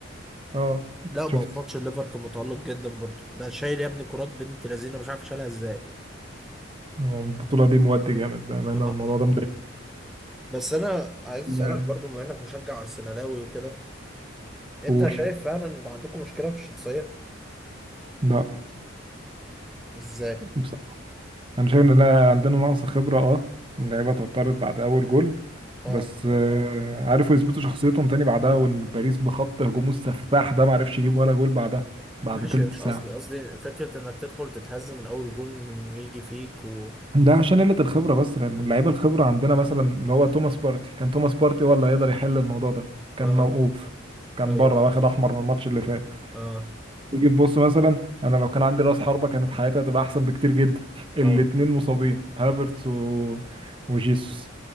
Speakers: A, on the right (about 25°); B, in the centre.
A: اه
B: لا
A: شفت
B: ما هو في ماتش الليفر كان متألق جدا برضه ده شايل يا ابني كرات بنت لذينه مش عارف شالها ازاي
A: هو البطولة دي مودي جامد بأمانة
B: آه.
A: الموضوع ده
B: بس انا عايز اسالك
A: مضايقني
B: برضه بما انك مشجع ارسنالاوي وكده انت
A: قول
B: شايف فعلا ان عندكم مشكله في الشخصيه
A: لا
B: ازاي
A: بصراحة أنا شايف إن لا عندنا نقص خبرة أه اللعيبة اتوترت بعد أول جول
B: اه
A: بس آه، عرفوا يثبتوا شخصيتهم تاني بعدها وإن باريس بخط هجومه السفاح ده معرفش يجيب ولا جول بعدها بعد
B: ماشي
A: تلت
B: مش
A: ساعة
B: قصدي قصدي فكره انك تدخل تتهز من اول جون يجي فيك و
A: ده عشان قلة الخبرة بس لأن اللعيبة الخبرة عندنا مثلا اللي هو توماس بارتي كان توماس بارتي هو اللي هيقدر يحل الموضوع ده كان
B: اه
A: موقوف كان
B: ايوه
A: بره واخد أحمر من الماتش اللي فات
B: اه
A: تيجي تبص مثلا أنا لو كان عندي رأس حربة كانت حياتي هتبقى أحسن بكتير جدا <laughs> الاتنين
B: طبعا
A: مصابين هافرتس و... وجيسوس